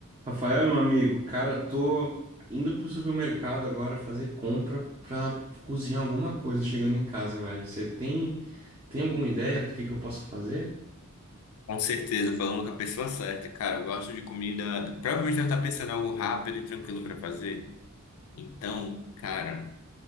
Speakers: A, on the right; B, on the left.
A: Rafael, meu amigo, cara, tô indo pro supermercado agora fazer compra pra cozinhar alguma coisa chegando em casa, velho. Você tem, tem alguma ideia do que que eu posso fazer?
B: Com certeza, falando com a pessoa certa. Cara, eu gosto de comida. Provavelmente ela tá pensando em algo rápido e tranquilo para fazer. Então, cara,